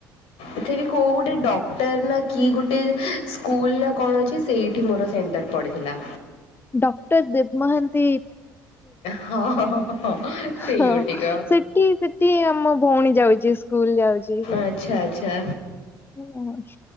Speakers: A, on the left; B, on the left.
A: ଏଠିକି କୋଉ ଗୋଟେ ଡକ୍ଟର ନା କି ଗୋଟେ ସ୍କୁଲ ନା କଣ ଅଛି ସେଇଠି ମୋର ସେଣ୍ଟ ପଡ଼ିଥିଲା।
B: ଡକ୍ଟର ଦେବ ମହାନ୍ତି
A: ହଁ ହଁ ହଁ। ସେଇ
B: ହଁ
A: ଗୋଟିକ
B: ସେଠି ସେଠି ଆମ ଭଉଣୀ ଯାଉଛି ସ୍କୁଲ ଯାଉଛି ସେ।
A: ଆଚ୍ଛା ଆଚ୍ଛା।
B: ଉଁ ହଁ।